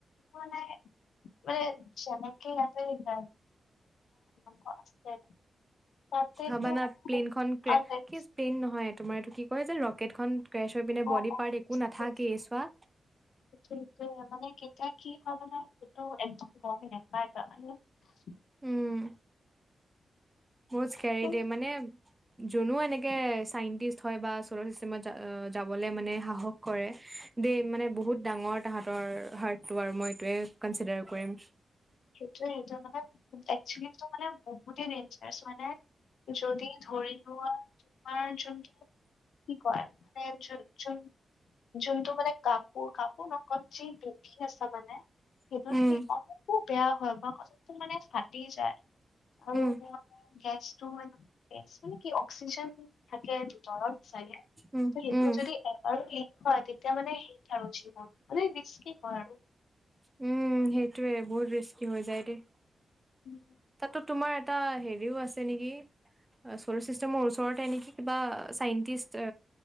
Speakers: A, on the left; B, on the right.
A: মানাই মানে যেনেকে আত দ আ- অ অ আছে। তাতেতো
B: হবানা
A: মানে
B: প্লেনখন ক্ৰে কিছ। প্লেন নহয় তোমাৰ এইটো কি কয় যে ৰকেটখন ক্ৰেছ হৈ পিনে
A: অ
B: বডি
A: অ
B: পাৰ্ট একো নাথাকেই চোৱা।
A: সেইটোৱে মানে কেতিয়া কি হয় মানে। এক গ নাৰ ত <unintelligible>
B: উম বহজ কিয়াৰি
A: কিন্তু
B: দে মানে - যোনো এনেকে চাইন্টিষ্ট হয় বা চ'লাৰ চিষ্টেমত যাবলৈ মানে সাহস কৰে। দেই মানে বহুত ডাঙৰ তাহতৰ হাৰ্টটো আৰু মই এইটোৱে কনচিডাৰ কৰিম।
A: সেইটোৱে সেইটো মানে একচেলি মানে বহুতে ডেঞ্জাৰছ মানে। যদি ধৰি লোৱা- তোমাৰ যোনটো কি কয় মানে যোনটো মানে- কাপোৰ কাপোৰ লগত যি পিন্ধি আছে মানে, সেইটো
B: উম
A: যদি অলপ- বেয়া হয় বা অলপ মানে ফাটি যায় আৰু
B: উম
A: ম গেছটো। মানে কি অক্সিজেন থাকে ভিতৰত চাগে
B: উম
A: সেইটো
B: উম
A: যদি- হয় তেতিয়া মানে শেষ আৰু জীৱন মানে ৰিস্কি হয় আৰু।
B: উ সেইটোৱে বহুত ৰিস্কি হৈ যায় দেই।
A: উম
B: তাতো তোমাৰ এটা হেৰিও আছে নেকি। চ'লাৰ চিষ্টেমৰ ওচৰতে নেকি কিবা চাইন্টিষ্ট